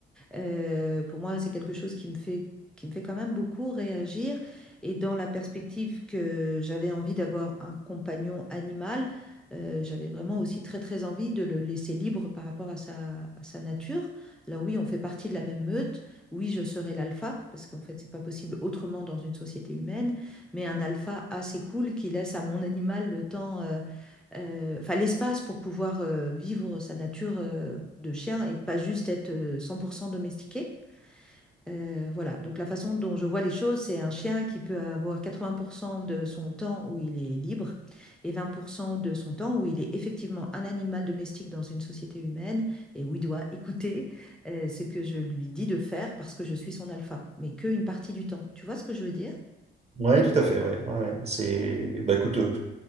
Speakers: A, in the centre; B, on the right.
A: Euh, pour moi, c'est quelque chose qui me fait, qui me fait quand même beaucoup réagir. Et dans la perspective que j'avais envie d'avoir un compagnon animal, euh, j'avais vraiment aussi très très envie de le laisser libre par rapport à sa, à sa nature. Alors oui, on fait partie de la même meute. Oui, je serai l'alpha, parce qu'en fait, c'est pas possible autrement dans une société humaine. Mais un alpha assez cool qui laisse à mon <laughs> animal le temps, euh, euh, enfin l'espace pour pouvoir euh, vivre sa nature euh, de chien et pas juste être euh, 100% domestiqué. Euh, voilà, donc la façon dont je vois les choses, c'est un chien qui peut avoir 80% de son temps où il est libre et 20% de son temps où il est effectivement un animal domestique dans une société humaine et où il doit écouter euh, ce que je lui dis de faire parce que je suis son alpha, mais qu'une partie du temps. Tu vois ce que je veux dire?
B: Ouais, tout à fait, ouais. Ouais, ouais. c'est bah écoute euh,